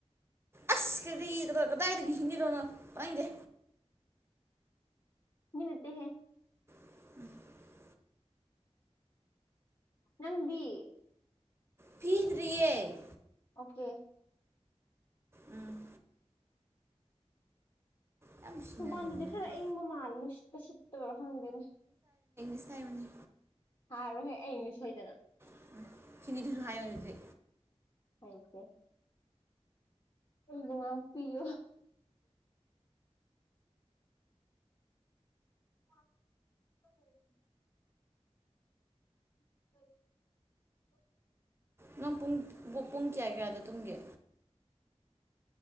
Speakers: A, on the right; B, on the left.
A: ꯑꯁ ꯀꯔꯤꯗꯅꯣ ꯀꯗꯥꯏꯗꯒꯤ ꯁꯤꯟꯕꯤꯗꯣꯏꯅꯣ ꯇꯥꯏꯡꯗꯦ
B: ꯃꯤꯅ ꯅꯠꯇꯦ ꯍꯦ
A: <inaudible>
B: ꯅꯪꯗꯤ
A: ꯄꯤꯗ꯭ꯔꯤꯌꯦ
B: ꯑꯣꯀꯦ
A: ꯎꯝ ꯌꯥꯝ ꯁꯤꯟꯅꯅꯤꯡꯕ
B: ꯃꯄꯥꯟꯗꯗꯤ
A: ꯅꯪꯅ
B: ꯈꯔ ꯏꯪꯕ ꯃꯥꯜꯂꯦ ꯅꯨꯡꯁꯤꯠꯀ ꯁꯤꯠꯇꯕ꯭ꯔꯥ ꯈꯪꯗꯦꯅꯦ
A: ꯁꯩꯕꯅꯦ
B: ꯍꯥꯏꯔꯣꯏꯍꯦ ꯑꯩꯅꯤ ꯁꯣꯏꯗꯅ
A: <unintelligible> ꯍꯥꯏꯌꯣ ꯑꯗꯨꯗꯤ
B: ꯍꯧꯈ꯭ꯔꯦ ꯑꯩꯕꯨ ꯉꯥꯛꯄꯤꯌꯣ <inaudible> <inaudible>
A: ꯅꯪ ꯄꯨꯡ ꯄꯨ ꯄꯨꯡ ꯀꯌꯥ ꯀꯌꯥꯗ ꯇꯨꯝꯒꯦ